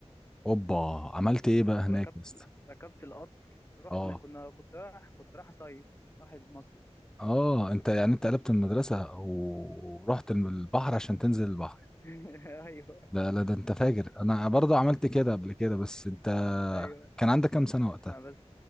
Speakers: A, in the centre; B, on the left.
A: اوبا عملت ايه بقى هناك
B: وركبت
A: يا اسطى
B: ال- ركبت القطر رحنا
A: اه
B: كنا كنت رايح كنت رايح اصيف رايح المصيف
A: اه انت يعني انت قلبت المدرسه ورحت البحر عشان تنزل البحر
B: <laughs> ايوه
A: ده لا ده انت فاجر انا برضو عملت كده
B: بس
A: قبل كده بس انت
B: ايوه
A: كان عندك كام سنة وقتها
B: اسمع بس